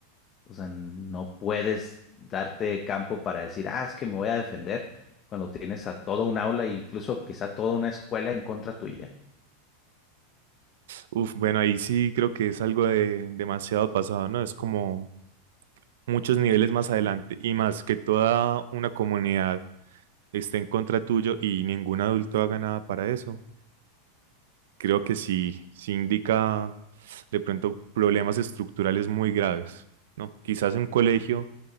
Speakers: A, on the left; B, on the right.
A: O sea, no puedes darte campo para decir, ah, es que me voy a defender cuando tienes a toda un aula e incluso quizá toda una escuela en contra tuya.
B: Uf, bueno, ahí sí creo que es algo de demasiado pasado, ¿no? Es como muchos niveles más adelante y más que toda una comunidad esté en contra tuyo y ningún adulto haga nada para eso. Creo que sí, sí indica de pronto problemas estructurales muy graves, ¿no? Quizás un colegio